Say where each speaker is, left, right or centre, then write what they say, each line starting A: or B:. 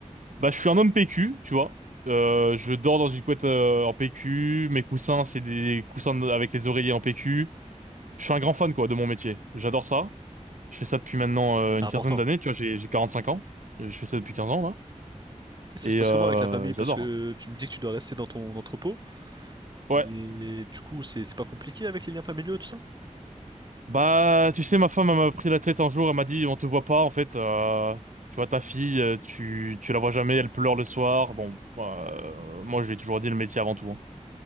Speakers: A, on the right; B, on the right.
A: bah, je suis un homme PQ, tu vois. Euh, je dors dans une couette euh, en PQ. Mes coussins, c'est des coussins de- avec les oreillers en PQ. Je suis un grand fan, quoi, de mon métier. J'adore ça. Je fais ça depuis maintenant euh, une
B: C'est important.
A: quinzaine d'années. Tu vois, j'ai, j'ai 45 ans. Je fais ça depuis 15 ans, là.
B: Et ça
A: Et
B: se passe
A: euh,
B: comment avec la famille?
A: j'adore.
B: Parce que
A: hein.
B: tu me dis que tu dois rester dans ton entrepôt,
A: Ouais.
B: mais du coup c'est c'est pas compliqué avec les liens familiaux tout ça?
A: Bah, tu sais, ma femme, elle m'a pris la tête un jour, elle m'a dit, on te voit pas, en fait, euh, tu vois, ta fille, euh, tu, tu la vois jamais, elle pleure le soir. Bon, euh, moi, je lui ai toujours dit le métier avant tout, hein.